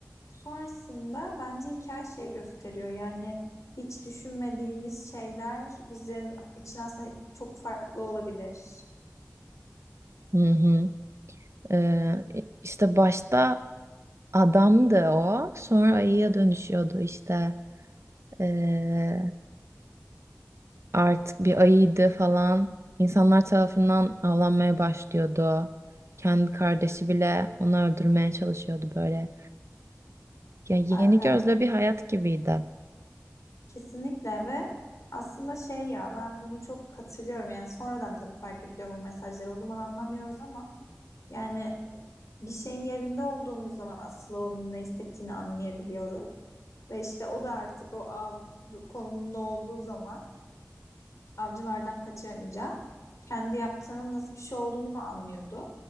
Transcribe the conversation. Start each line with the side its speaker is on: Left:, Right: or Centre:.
Left: Sonrasında bence hikaye şey gösteriyor yani hiç düşünmediğimiz şeyler bizim için aslında çok farklı olabilir.
Right: Hı hı. Ee, işte başta adamdı o sonra ayıya dönüşüyordu işte. Ee, artık bir ayıydı falan. İnsanlar tarafından avlanmaya başlıyordu. Kendi kardeşi bile onu öldürmeye çalışıyordu böyle. Ya yeni
Left: Aynen.
Right: gözle bir hayat gibiydi.
Left: Kesinlikle ve aslında şey ya ben bunu çok hatırlıyorum yani sonradan tabii fark ediyorum bu mesajları o zaman anlamıyoruz ama yani bir şeyin yerinde olduğumuz zaman aslında onun ne istediğini anlayabiliyoruz ve işte o da artık o av konumunda olduğu zaman avcılardan kaçınca kendi yaptığının nasıl bir şey olduğunu anlıyordu